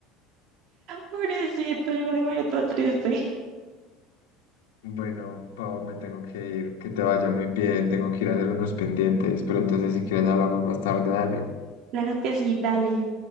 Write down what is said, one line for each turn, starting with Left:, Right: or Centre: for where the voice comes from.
Right: pobrecito, yo me lo imagino todo triste.
Left: Bueno, Pau, me tengo que ir. Que te vaya muy bien. Tengo que ir a hacer unos pendientes. Pero entonces, si quieres, hablamos más tarde. Dale.
Right: Claro que sí, dale.